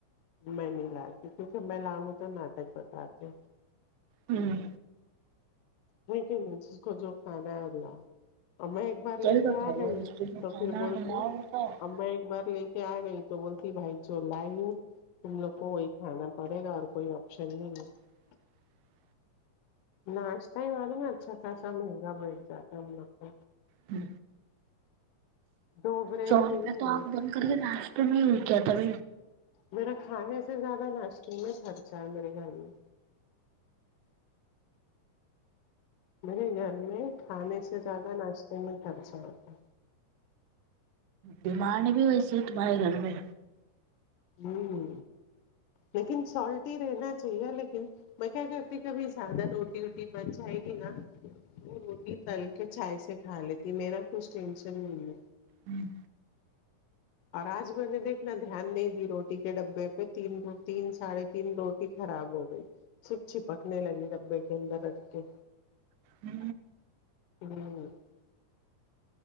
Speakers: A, on the left; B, on the right.
A: میں نہیں لای کیونکہ میں لاؤں گی تو ناٹک بتا کے
B: ہوں
A: نہیںیک نہیں جس کو جو کھ رہا ہے اللہ اور میں بار
B: صحیح
A: لے
B: بات
A: کے آ
B: ہے
A: گئی
B: اور اس پہ جو
A: تو
B: کھانا
A: پھر بولتی
B: ملاؤ ہوتا ہے
A: اا ایک بار لے کے کیا گئی تو بولتی بھائی ج ل ہوں ت لوگ کو وہی کھانا پڑے گا اور کوئی آپشن نہیں ہے
B: <inaudible>
A: ناشتہ ہی والوں میں اچھا خاصا مہنگا بیٹھ جاتا ہے ہم لوگ کو
B: جی
A: دو بریڈ
B: سو روپئے
A: ملے
B: تو
A: گئے
B: آنگ بند کر کے ناشتے میں ہو کیا تھا ب
A: میرا کھانے سے زیادہ ناشتے میں خرچہ ہے میرے گھر میں میرے گھر میں کھانے سے زیادہ ناشتے میں خرچہ ہوتا
B: بیمار نہیں بھی ویسے تمہارے گھر میں
A: ہوں لیکن سالٹ ہی رہنا چاہیے لیکن میں کیا کرتی کبھی زیادہ روٹی ووٹی بن جائے گی نا وہ روٹی تل کے چائے سے کھا لیتی میرا کچھ ٹینشن نہیں ہے
B: ہوں
A: اور آج میں نے دیکھنا دھیان نہیں روٹی کے ڈبے پہ تین تین ساڑھے تین روٹی خراب ہو گئی س چ پکنے لگی ڈبے کے اندر ر کے
B: ہ
A: ہ